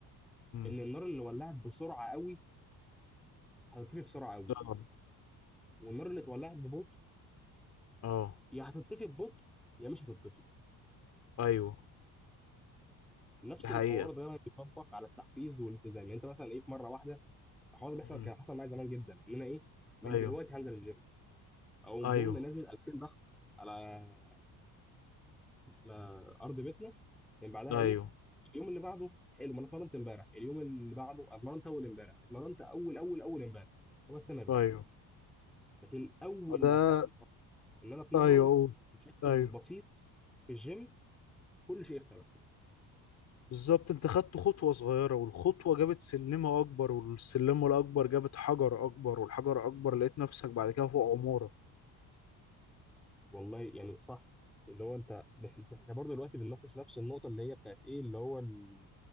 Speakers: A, on the left (about 45°); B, in the centre.
A: امم
B: ان النار اللي ولعت بسرعه قوي هتطفي بسرعه قوي
A: اه
B: والنار اللي اتولعت ببطء
A: اه
B: يا هتطفي ببطء يا مش هتطفي
A: ايوه
B: نفس
A: دي حقيقة
B: الحوار ده بيطبق على التحفيز والالتزام يعني انت مثلا ايه في مره واحده الحوار ده بيحصل
A: امم
B: كان حصل معايا زمان جدا ان انا ايه من
A: ايوه
B: دلوقتي هنزل الجيم او
A: ايوه
B: بوم نازل 2000 ضغط على على ارض بيتنا من بعدها
A: ايوه
B: ايه اليوم اللي بعده حلو ما انا اتمرنت امبارح اليوم اللي بعده أنا اتمرنت اول امبارح اتمرنت اول اول اول امبارح وما استمرش
A: ايوه
B: لكن اول
A: ما ده
B: ما اخدت القرار ان انا اتمرن
A: ايوه أوه.
B: بشكل
A: أيوه.
B: بسيط في الجيم كل شيء اختلف
A: بالظبط انت خدت خطوة صغيرة والخطوة جابت سلمة أكبر والسلمة الأكبر جابت حجر أكبر والحجر أكبر لقيت نفسك بعد كده فوق عمارة
B: والله يعني صح اللي هو انت إنت- احنا برضه دلوقتي بنناقش نفس النقطه اللي هي بتاعت ايه اللي هو ال...